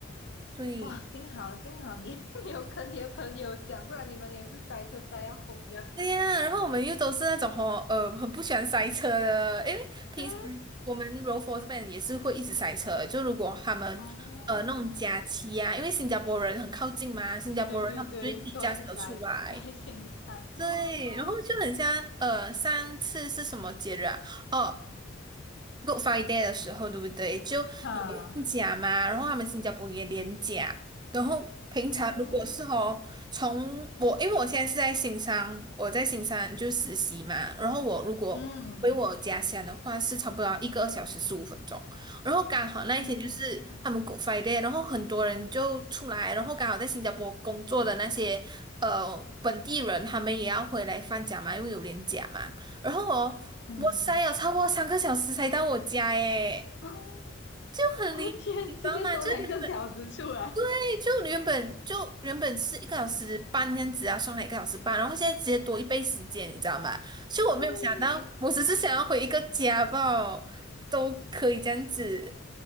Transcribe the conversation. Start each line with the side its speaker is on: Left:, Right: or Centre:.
Right: 对，
Left: 哇，幸好幸好你 <laughs> 你有跟你的朋友讲，不然你们也是塞车塞要疯掉。
Right: 对呀，然后我们又都是那种吼，呃，很不喜欢塞车的，因为平时我们柔佛这边也是会一直塞车。
Left: 对
Right: 就如果他们呃那种假期啊，
Left: 啊，哦，
Right: 因为新加坡人很靠近嘛，新加坡人他们就会自己驾车出来，
Left: 对对对，多一个来 <laughs> 来行山哦，
Right: 对，然后就很像呃上次是什么节日啊？哦，Good Friday 的时候，对不对？就有放假嘛，
Left: 哈，
Right: 然后他们新加坡也连假，然后平常如果是哦，
Left: 哦，
Right: 从我因为我现在是在新山，我在新山就实习嘛，然后我如果回我家乡的话，
Left: 嗯，
Right: 是差不多要一个小时十五分钟，然后刚好那一天就是他们
Left: 哦，
Right: Good Friday，然后很多人就出来，然后刚好在新加坡工作的那些呃本地人，他们也要回来放假嘛，因为有连假嘛。然后哦，
Left: 嗯，
Right: 我塞有超过三个小时才到我家耶，
Left: 哦，
Right: 就很离谱，
Left: <laughs> 我的天，
Right: 你知道吗？
Left: 直接多两个小时出来，
Right: 就原本对，就原本就原本是一个小时半这样子啊，上海一个小时半，然后现在直接多一倍时间，你知道吗？就我没有想到，
Left: 对，
Right: 我只是想要回一个家吧，都可以这样子，